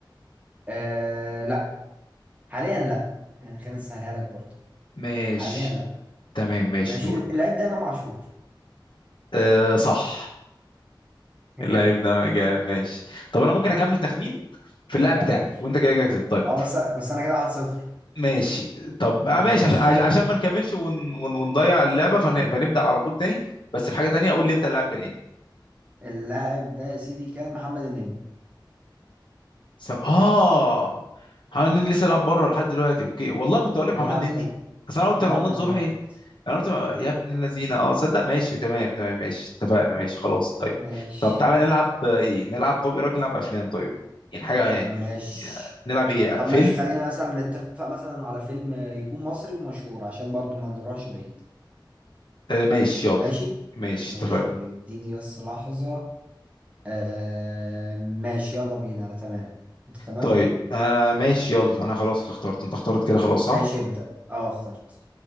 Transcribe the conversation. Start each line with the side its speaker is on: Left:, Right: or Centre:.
Right: آه لا حاليا لا يعني خلينا نسهلها لك برضه
Left: ماشي
Right: حاليا لا
Left: تمام ماشي
Right: ماشي
Left: دورك
Right: اللعيب ده امام عاشور
Left: آه صح
Right: <laughs>
Left: اللعيب
Right: جامد
Left: ده جامد ماشي طب انا ممكن اكمل تخمين في اللاعب
Right: كمل
Left: بتاعك وانت كده كده كسبت طيب
Right: اه بس بس انا كده 1-0
Left: ماشي طب آه،
Right: ماشي
Left: ماشي عش- عش- عشان ما نكملش ون... ون... ونضيع اللعبه فن... فنبدا على طول تاني بس في حاجه تانيه قول لي انت اللاعب كان ايه
Right: اللاعب ده يا سيدي كان محمد النني
Left: سو... اه محمد نني لسه لعب بره لحد دلوقتي اوكي والله كنت اقول لك
Right: بيلعب
Left: محمد نني
Right: في ال...
Left: بس انا قلت
Right: بيلعب
Left: رمضان
Right: في الامارات
Left: صبحي انا قلت ما- يا ابن الذين اه صدق ماشي تمام تمام ماشي اتفقنا ماشي خلاص طيب
Right: ماشي
Left: طب تعالى نلعب آه، ايه نلعب طب ايه رايك نلعب افلام طيب يعني حاجه يعني
Right: ماشي
Left: آه، نلعب ايه
Right: طب
Left: آه، فيلم
Right: ماشي خلينا مثلا نتفق مثلا على فيلم يكون مصري ومشهور عشان برضو ما نروحش بعيد
Left: آه، ماشي يلا
Right: ماشي
Left: ماشي
Right: ماشي
Left: اتفقنا
Right: اديني بس لحظة آه ماشي يلا بينا انا تمام انت تمام
Left: طيب آه ماشي يلا انا خلاص اخترت انت اخترت كده خلاص صح
Right: ماشي ابدأ اه اخترت